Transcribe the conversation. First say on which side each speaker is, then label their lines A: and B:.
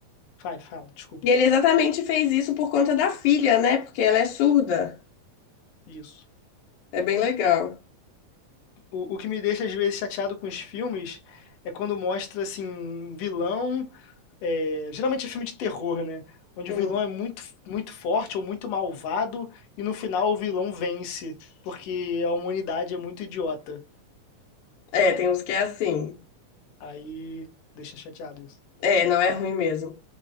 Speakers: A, on the left; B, on the left.
A: Vai, fala, desculpa.
B: e ele exatamente fez isso por conta da filha, né? Porque ela é surda.
A: Isso.
B: É bem legal.
A: O, o que me deixa, às vezes, chateado com os filmes é quando mostra, assim, vilão. é, geralmente é filme de terror, né? Onde
B: Hum.
A: o vilão é muito, muito forte ou muito malvado e no final o vilão vence, porque a humanidade é muito idiota.
B: É, tem uns que é assim.
A: Aí deixa chateado isso.
B: É, não é ruim mesmo.